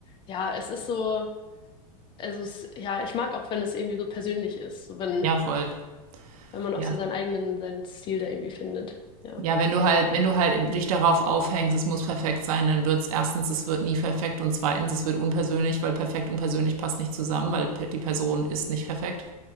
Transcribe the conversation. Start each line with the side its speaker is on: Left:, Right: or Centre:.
Left: ja, es ist so, also es, ja, ich mag auch, wenn es irgendwie so persönlich ist, so wenn,
Right: ja, voll.
Left: wenn man
Right: Ja.
Left: auch so seinen eigenen, seinen Stil da irgendwie findet. Ja.
Right: Ja, wenn du halt, wenn du halt dich darauf aufhängst, es muss perfekt sein, dann wird's erstens, es wird nie perfekt und zweitens, es wird unpersönlich, weil perfekt und persönlich passt nicht zusammen, weil pe- die Person ist nicht perfekt.